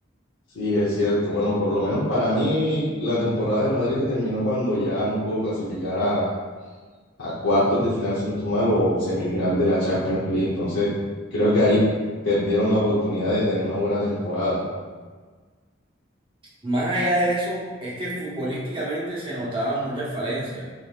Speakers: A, on the left (about 80°); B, on the right (about 25°).
A: Sí, es cierto. Bueno, por lo menos para mí la temporada del Madrid se terminó cuando ya no pudo clasificar a, a cuartos de final, si no estoy mal, o semifinal de la Champions League. Entonces, creo que ahí perdieron la oportunidad de tener una buena temporada.
B: Más allá de eso, es que futbolísticamente se notaban muchas falencias.